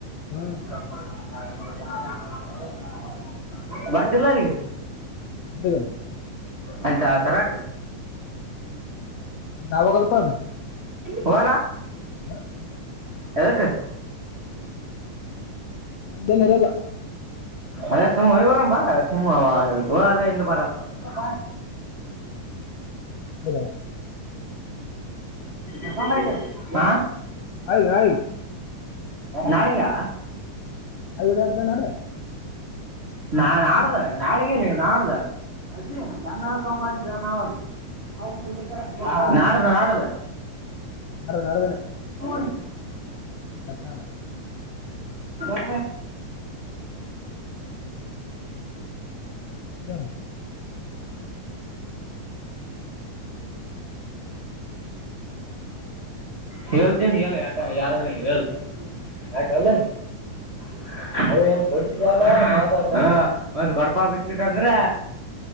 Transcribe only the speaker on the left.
ಹ್ಹಾ
ಹೌದೇ
ನಾವಹೋಗಲ್ಪ
ಹ
ನಮ್ದೇನ್ ಇರಲ್ಲ
ಹೌದಾ
ಆಗಲೇ ಆಗ್ಲಿ
ನಾಳೆ ಓಡಾಡ್ದ ನಾಡ್ದ
ನಾಡ್ದ
ನಾಡ್ದ ನಾಡ್ದನೆ
ಅರ್ಥ
ಹ್ಮ್